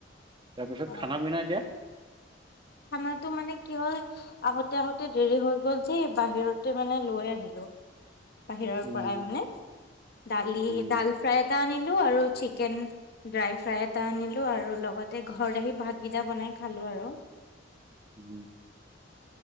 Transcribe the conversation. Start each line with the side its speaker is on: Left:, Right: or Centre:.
Right: তাৰপিছত
Left: অ
Right: খানা-পিনা এতিয়া?
Left: খানাটো মানে কি হ'ল- আহোতে আহোতে দেৰি হৈ গল যে এই বাহিৰতে মানে লৈ আহিলো। বাহিৰৰ
Right: উম,
Left: পৰাই মানে, দালি
Right: উম,
Left: দাল ফ্ৰাই এটা আনিলো আৰু চিকেন। ড্ৰাই ফ্ৰাই এটা আনিলো আৰু লগতে ঘৰত আহি ভাতকিটা বনাই খালো আৰু।
Right: উম।